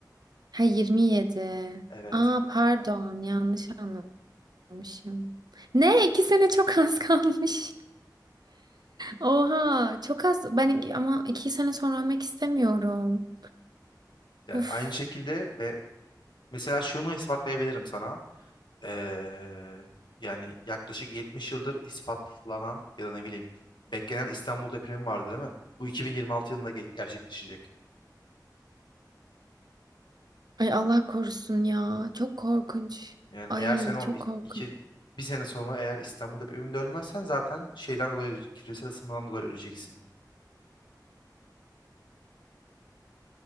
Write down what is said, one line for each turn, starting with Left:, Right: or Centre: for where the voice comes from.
Right: Ha 27.
Left: Evet.
Right: Aa pardon yanlış anlamışım. Ne? iki sene çok az <laughs> kalmış. Oha çok az. Ben iki- ama iki sene sonra ölmek istemiyorum.
Left: Yani
Right: Uf.
Left: aynı şekilde ve mesela şunu ispatlayabilirim sana. Ee, yani yaklaşık 70 yıldır ispatlanan ya da ne bileyim beklenen İstanbul depremi vardı değil mi? Bu 2026 yılında ge- gerçekleşecek.
Right: Ay Allah korusun ya. Çok korkunç.
Left: Yani
Right: Ay
Left: eğer sen o
Right: çok
Left: i-
Right: korkunç.
Left: iki bir sene sonra eğer İstanbul depreminde ölmezsen zaten şeyden dolayı küresel ısınmadan dolayı öleceksin.